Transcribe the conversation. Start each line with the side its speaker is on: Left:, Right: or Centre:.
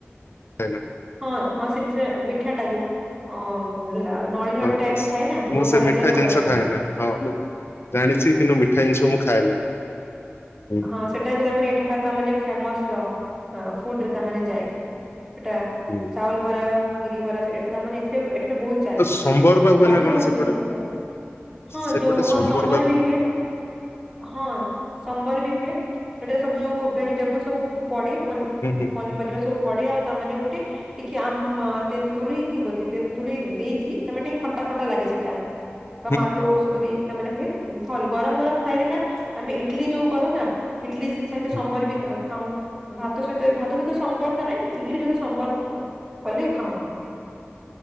Left: ହେଲା
Right: ହଁ ହଁ ସେମିତି ସେ ମିଠାଟା ଯୋଉ ଓ ଲା ନଳି ନଳି
Left: ହଁ
Right: ଟାଇପର
Left: ବାସ୍।
Right: ଥଏ ନା
Left: ମୁଁ
Right: ଯୋଉ
Left: ସେ
Right: ହଳଦିଆ
Left: ମିଠା
Right: କଲରର?
Left: ଜିନିଷ ଖାଏନା ହଁ ମୁଁ ଜାଣିଛି କିନ୍ତୁ ମିଠା ଜିନିଷ ମୁଁ ଖାଏନା। ହୁଁ
Right: ହଁ ସେଟା ବି ତାମାନେ ଏଠାକାର ତାମାନେ ଫେମସ ଅ ଫୁଡରେ ତାନେ ଯାଏ ଏଟା
Left: ହୁଁ।
Right: ଚାଉଲ ବରା, ବିରି ବରା ସେ ଏଟା ତାମାନେ ଏଥିରେ ଅ ଏଟା ବୋହୁତ ଚାଲି
Left: ଆଉ ସମ୍ବର ବା ହୁଏ
Right: ବାକି
Left: ନା କଣ
Right: ସବୁ
Left: ସେପଟେ?
Right: ବି ଜିନିଷ ବି ଚାଲି। ହଁ
Left: ସେପଟେ
Right: ଯୋଉ ହଁ ସମ୍ବର
Left: ବା ହୁଁ
Right: ବି ହୁଏ ହଁ। ସମ୍ବର ବି ହୁଏ ଏଠାରେ ସବୁ ଯୋଉ ଭେଜିଟେବୁଲ ସବୁ ପଡେ ପନି
Left: ହୁଁ ହୁଁ
Right: ପନି ପରିବା ସବୁ ପଡେ ଆଉ ତାମାନେ ଗୋଟେ ଟିକେ ଆମ ତେନ୍ତୁଳି କି ବୋଧେ ତେନ୍ତୁଳି ଦେଇକି ତମେ ଟିକେ ଖଟା ଖଟା ଲାଗେ ସେଇଟା।
Left: ହଁ
Right: ଟମାଟୋ ସବୁ ଦେଇକି ତାମାନେ ହୁଏ ଭଲ ଗରମ ଗରମ ଖାଇଲେ ନା ଆମେ ଇଟଲି ଯୋଉ କରୁନା ଇଟଲି ସେ ସହିତ ସମ୍ବର
Left: ହୁଁ
Right: ବି ଏ ଖାଉଁ ଭାତ ସହିତଣଏ ଭାତ ସହିତ ସମ୍ବର ତ ନାଇଁ ଇଡଲି ସହିତ ସମ୍ବର୍ କ କଲେ ଖାଉଁ।